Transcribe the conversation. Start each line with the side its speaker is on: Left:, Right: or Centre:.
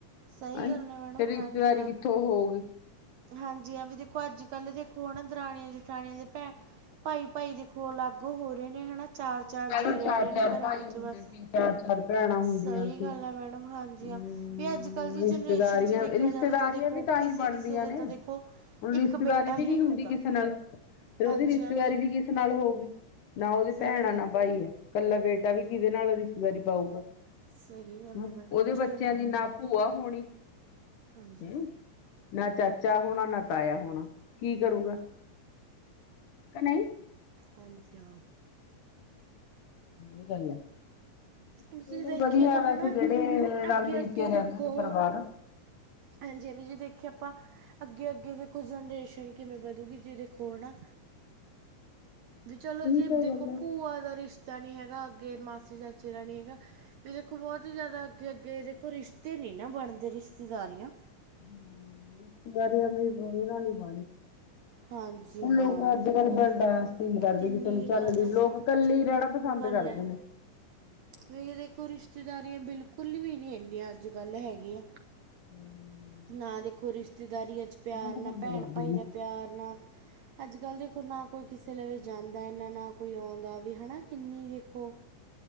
Right: ਸਹੀ
Left: ਆਈ
Right: ਗੱਲ ਆ ਮੈਡਮ
Left: ਫੇਰ ਰਿਸ਼ਤੇਦਾਰੀ
Right: ਹਾਂਜੀ ਹਾਂ
Left: ਕਿੱਥੋਂ ਉਹ ਹੋਉਗੀ।
Right: ਹਾਂਜੀ, ਆ ਵੀ ਦੇਖੋ, ਅੱਜ ਕੱਲ੍ਹ ਦੇਖੋ, ਹੈਨਾ ਦਰਾਣੀਆਂ- ਜਠਾਣੀਆਂ ਦੇ, ਭੈ ਭਾਈ-ਭਾਈ ਦੇ ਖੋ ਲਾਗੂ ਹੋ ਰਹੇ ਨੇ, ਹੈਂਨਾ। ਚਾਰ-ਚਾਰ
Left: ਪਹਿਲਾਂ
Right: ਜੀਅ ਰਹਿ
Left: ਚਾਰ
Right: ਰਹੇ ਨੇ
Left: ਚਾਰ
Right: ਘਰਾਂ
Left: ਭਾਈ
Right: ਵਿੱਚ
Left: ਹੁੰਦੇ
Right: ਬਸ।
Left: ਸੀ ਚਾਰ ਚਾਰ ਭੈਣਾਂ ਹੁੰਦੀਆਂ
Right: ਸਹੀ
Left: ਸੀ
Right: ਗੱਲ ਆ ਮੈਡਮ। ਹਾਂਜੀ,
Left: ਹਮ
Right: ਅ, ਵੀ ਅੱਜ-ਕੱਲ੍ਹ ਦੀ
Left: ਰਿਸ਼ਤੇਦਾਰੀਆਂ
Right: ਜਨਰੇਸ਼ਨ 'ਚ ਦੇਖਿਆ
Left: ਰਿਸ਼ਤੇਦਾਰੀਆਂ
Right: ਜਾਵੇ ਤਾਂ ਦੇਖੋ
Left: ਵੀ ਤਾਂ
Right: ਕਿਸੇ
Left: ਹੀ ਬਣਦੀਆਂ
Right: ਕਿਸੇ ਦੇ
Left: ਨੇ,
Right: ਤਾਂ ਦੇਖੋ
Left: ਹੁਣ ਰਿਸ਼ਤੇਦਾਰੀ
Right: ਇੱਕ ਬੇਟਾ
Left: ਵੀ
Right: ਹੀ
Left: ਨੀ ਹੁੰਦੀ
Right: ਹੁੰਦਾ
Left: ਕਿਸੇ ਨਾਲ। ਫਿਰ
Right: ਹਾਂਜੀ
Left: ਉਹਦੀ ਰਿਸ਼ਤੇਦਾਰੀ
Right: ਹਾਂ ਦੇਖ
Left: ਵੀ ਕਿਸ ਨਾਲ ਹੋਊਗੀ, ਨਾ ਉਹਦੀ
Right: ਸਹੀ
Left: ਭੈਣਾਂ
Right: ਗੱਲ
Left: ਨਾਲ। ਭਾਈ ਐ, ਕੱਲਾ ਬੇਟਾ ਵੀ ਕਿਹਦੇ ਨਾਲ ਰਿਸ਼ਤੇਦਾਰੀ ਪਾਊਗਾ?
Right: ਸਹੀ ਗੱਲ
Left: ਉਹਦੇ
Right: ਹੈ ਮੈਡਮ ਜੇ
Left: ਬੱਚਿਆਂ
Right: ਉਹਦੇ
Left: ਦੀ ਨਾ ਭੂਆ ਹੋਣੀ।
Right: ਹਾਂਜੀ
Left: ਹੂੰ ਨਾ ਚਾਚਾ ਹੋਣਾ, ਨਾ ਤਾਇਆ ਹੋਣਾ, ਕੀ ਕਰੂਗਾ, ਕ ਨਹੀਂ।
Right: ਹਾਂਜੀ, ਹਾਂ।
Left: ਏ ਗੱਲ ਐ।
Right: ਤੁਸੀਂ
Left: ਚਲੋ,
Right: ਦੇਖੀਏ
Left: ਵਧੀਆ
Right: ਤਾਂ
Left: ਵੈਸੇ,
Right: ਹੈ ਨਾ
Left: ਜਿਹੜੇ
Right: ਅੱਗੇ
Left: ਰਲ-ਮਿਲ
Right: ਅੱਗੇ
Left: ਕੇ ਰਹਿੰਦੇ
Right: ਦੇਖੋ
Left: ਨੇ ਪਰਿਵਾਰ।
Right: ਹਾਂਜੀ ਜਿਵੇਂ ਦੇਖੇ ਆਪਾਂ, ਅੱਗੇ-ਅੱਗੇ ਦੇਖੋ, ਜਨਰੇਸ਼ਨ ਕਿਵੇਂ ਵਧੂਗੀ ਜੀ, ਦੇਖੋ ਹੈਨਾ? ਵੀ ਚਲੋ
Left: ਉਹੀ
Right: ਜੇ
Left: ਤਾਂ
Right: ਦੇਖੋ,
Left: ਗੱਲ ਹੈ
Right: ਭੂਆ ਦਾ ਰਿਸ਼ਤਾ ਨੀ ਹੈਗਾ ਅੱਗੇ, ਮਾਸੀ-ਚਾਚੇ ਦਾ ਨੀ ਹੈਗਾ ਵੀ ਦੇਖੋ ਬਹੁਤ ਹੀ ਜ਼ਿਆਦਾ ਅੱਗੇ-ਅੱਗੇ ਦੇਖੋ ਰਿਸ਼ਤੇ ਨਹੀਂ ਨਾ ਬਣਦੇ ਰਿਸ਼ਤੇਦਾਰੀਆਂ
Left: ਹੰਮ <unintelligible>
Right: ਹਾਂਜੀ
Left: ਹੁਣ
Right: ਹਾਂ
Left: ਲੋਕ ਅੱਜ-ਕੱਲ੍ਹ
Right: ਦੇਖੋ
Left: ਬਰਦਾਸ਼ਤ ਨੀ ਕਰਦੇ
Right: ਕਿੰਨੀ
Left: ਕਿਸੇ ਨੂੰ
Right: ਹੀ
Left: ਚੱਲਦੇ
Right: ਜ਼ਿਆਦਾ ਹਨਾ
Left: ਲੋਕ ਕੱਲੇ ਹੀ ਰਹਿਣਾ। ਪਸੰਦ
Right: ਉਹ ਗੱਲ
Left: ਕਰਦੇ
Right: ਹੈ
Left: ਨੇ।
Right: ਵੀ ਦੇਖੋ ਰਿਸ਼ਤੇਦਾਰੀਆਂ ਬਿਲਕੁਲ ਵੀ ਨੀ ਇੰਨੀਆਂ ਅੱਜ-ਕੱਲ ਹੈਗੀਆਂ।
Left: ਹੂੰ
Right: ਨਾ ਦੇਖੋ ਰਿਸ਼ਤੇਦਾਰੀਆਂ ਚ ਪਿਆਰ
Left: ਪਸੰਦ
Right: ਨਾ ਭੈਣ
Left: ਕਰਦੇ
Right: ਭਾਈ
Left: ਨੇ
Right: ਦਾ ਪਿਆਰ ਨਾ, ਅੱਜ-ਕੱਲ੍ਹ ਦੇਖੋ ਨਾ ਕੋਈ ਕਿਸੇ ਲਈ ਵੀ ਜਾਂਦਾ ਇਨਾ ਨਾ ਕੋਈ ਆਉਂਦਾ ਵੀ ਹੈਣਾ ਕਿੰਨੀ ਵੇਖੋ।